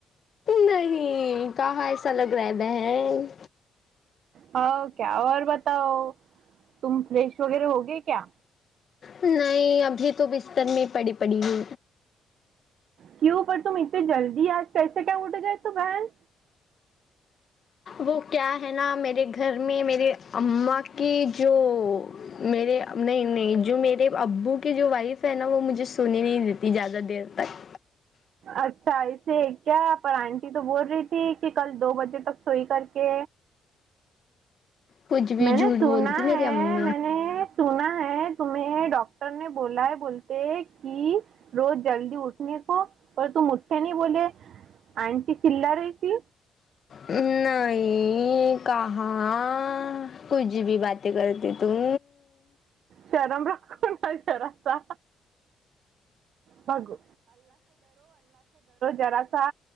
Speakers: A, on the left; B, on the right.
A: نہیں کہاں ایسا لگ رہا ہے بہن
B: ہ کیا اور بتاؤ تم فریش وغیرہ ہو گی کیا
A: نہیں ابھی تو بستر میں پڑی پڑی ہو
B: کیوں پر تم اتنی جلدی آج کیسے کیا اٹھ جئے تو بہن
A: وہ کیا ہے نا میرے گھر میں میرے اما کی جو میرے نہیں نہیں جو میرے ابو کی جو وائف ہے نا وہ مجھے سنی نہیں دیتی زیادہ دیر تک
B: اچھا اسے کیا پر آنٹی تو بول رہی تھی کہ کل دو بجے تک سوئی کر کے کہ
A: کچھ بھی
B: میں
A: جھوٹ
B: نے سنا
A: بولتی میری
B: ہے
A: امی
B: میں نے سنا ہے تمہیں ڈاکٹر نے بولا ہے بولتے کہ روز جلدی اٹھنے کو پر تو م نی بولے آنٹی چلہ رہیتی
A: نہیں کہاں کچھ بھی باتیں کرتی توں
B: شرم میں رکھن شر تھا بگو ذرا سا